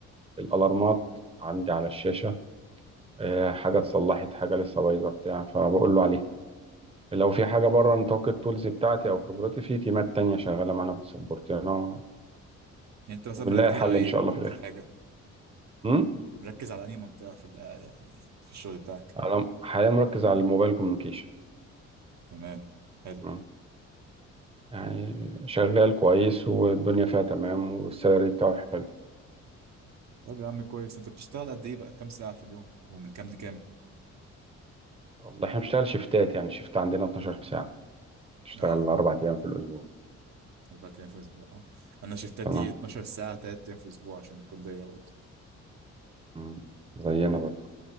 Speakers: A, on the right; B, on the right.
A: الألارمات عندي على الشاشة آه، حاجة اتصلحت حاجة لسه بايظة بتاع فبقول له عليها لو في حاجة بره نطاق التولز بتاعتي أو خبرتي في تيمات تانية شغالة معانا بتسبورت يعني أنا
B: يعني انت مثلا
A: وبنلاقي
B: مركز
A: الحل
B: على ايه
A: إن شاء الله
B: اكتر
A: في الآخر
B: حاجه
A: أمم؟
B: مركز على انهي منطقه في ال- يعني في الشغل بتاعك
A: أنا حاليا مركز على الموبايل كوميونيكيشن
B: تمام حلو
A: تمام. يعني شغال كويس والدنيا فيها تمام والسالري بتاعه حلو
B: طب يا عم كويس انت بتشتغل قد ايه بقى كام ساعة في اليوم ومن كام لكام
A: والله احنا بنشتغل شيفتات يعني شيفت عندنا 12 ساعة نشتغل
B: اه
A: أربع أيام في الأسبوع
B: اربع ايام في الاسبوع آه. انا شفتاتي
A: تمام
B: 12 ساعة تلات ايام في الاسبوع عشان الكلية برضه
A: أمم. زينا
B: هي اه
A: برضه